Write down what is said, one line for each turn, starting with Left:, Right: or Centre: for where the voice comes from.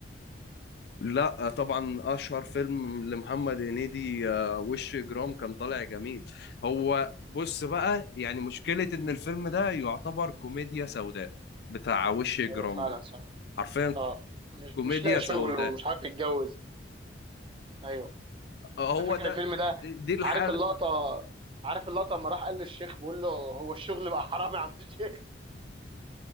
Left: لا آه، طبعا اشهر فيلم لمحمد هنيدي آه، وش اجرام كان طالع جميل هو بص بقى يعني مشكلة ان الفيلم ده يعتبر كوميديا سوداء بتاع وش اجرام
Right: ايوه فعلا
Left: ده
Right: صح
Left: حرفيا
Right: اه مش
Left: كوميديا
Right: مش لاقي شغل
Left: سوداء
Right: ومش عارف يتجوز ايوه
Left: آه، هو
Right: انا فاكر
Left: ده
Right: الفيلم ده
Left: دي, دي الحالة
Right: عارف اللقطه عارف اللقطه لما راح قال للشيخ بيقول له هو الشغل بقى حرام يا عم الشيخ